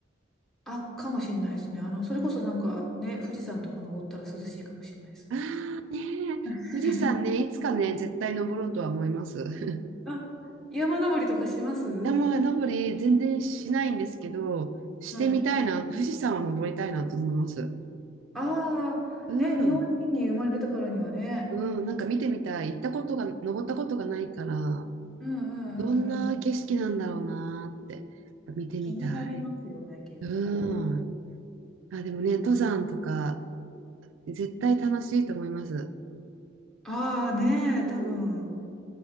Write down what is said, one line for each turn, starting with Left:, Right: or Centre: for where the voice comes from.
Centre: あ、かもしれないですね。あの、それこそなんかね、富士山とか登ったら涼しいかもしれないですね。
Right: ああ、ねえ。
Centre: <laughs>
Right: 富士山ね、いつかね、絶対登ろうとは思います。<laughs>
Centre: あ、山登りとかします
Right: 山登り全然しないんですけど、してみたいな。
Centre: はい。
Right: 富士山を登りたいなと思います。
Centre: ああ、
Right: うん。
Centre: ね、日本人に生まれたからにはね。
Right: うん。なんか見てみたい。行ったことが、登ったことがないから、
Centre: うんうんうんうん。
Right: どんな景色なんだろうなーって、見てみたい。
Centre: 気になりますよね、結構。
Right: うん。あ、でもね、登山とか、絶対楽しいと思います。
Centre: ああねえ、多分
Right: うん。